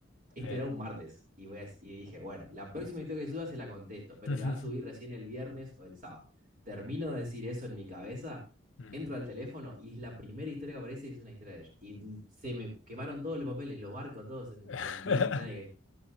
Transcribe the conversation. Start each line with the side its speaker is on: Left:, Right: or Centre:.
Right: Esto
Left: eh.
Right: era un martes y, voy a- y dije, bueno, la próxima historia que suba se la contesto, pero
Left: <laughs>
Right: la va a subir recién el viernes o el sábado. Termino de decir eso en mi cabeza,
Left: Mm.
Right: entro al teléfono y es la primera historia que aparece y es una historia de ella. Y se me quemaron todos los papeles, los barcos, todos, me
Left: <laughs>
Right: hundió el Titanic. ahí.